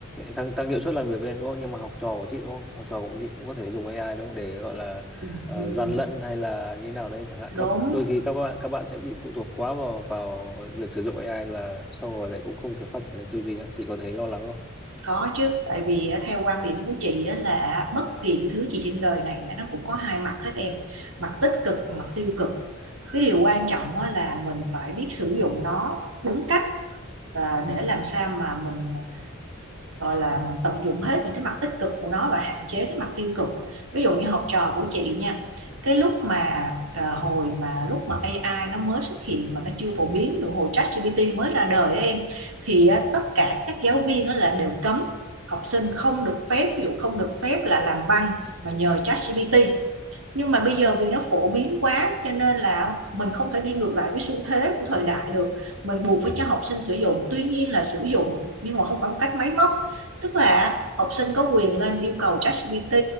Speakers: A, in the centre; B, on the right.
A: tăng, tăng hiệu suất làm việc lên đúng không? Nhưng mà học trò của chị đúng không? Học trò của chị cũng có thể dùng AI đúng không? Để gọi là
B: Ừ,
A: ờ, gian lận hay là như nào đấy chẳng hạn
B: đúng,
A: các, đôi khi các bạn các bạn sẽ bị phụ thuộc quá vào vào việc sử dụng AI là sau rồi lại cũng không thể phát triển được tư duy ấy. Chị có thấy lo lắng không?
B: có chứ. Tại vì á, theo quan điểm của chị á, là bất kỳ cái thứ gì trên đời này á, nó cũng có hai mặt hết em. Mặt tích cực và mặt tiêu cực. Cái điều quan trọng á, là mình phải biết sử dụng nó đúng cách và để làm sao mà mình gọi là mình tận dụng hết những cái mặt tích cực của nó và hạn chế cái mặt tiêu cực ví dụ như học trò của chị nha cái lúc mà ờ, hồi mà lúc mà AI nó mới xuất hiện mà nó chưa phổ biến ví hồi ChatGPT mới ra đời đó em thì á, tất cả các giáo viên đó là đều cấm học sinh không được phép ví dụ không được phép là làm văn mà nhờ ChatGPT nhưng mà bây giờ vì nó phổ biến quá cho nên là mình không thể đi ngược lại với xu thế của thời đại được mình buộc phải cho học sinh sử dụng tuy nhiên là sử dụng nhưng mà không phải một cách máy móc tức là học sinh có quyền lên yêu cầu ChatGPT